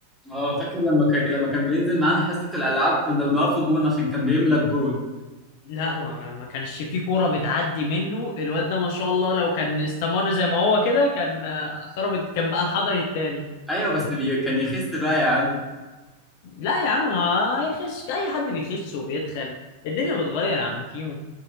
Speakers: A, in the centre; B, on the left.
A: اه فاكر لما ك... لما كان بينزل معانا حصه الالعاب كنا بنقفه جون عشان كان بيملى الجون
B: لا ما ما كانش في كورة بتعدي منه الواد ده ما شاء الله لو كان استمر زي ما هو كده كان آه، خرب كان بقى الحضري التاني
A: ايوه بس بي... كان يخس بقى يا عم
B: لا يا عم ما يخش اي حد بيخش وبيتخن الدنيا بتغير يا عم كيمو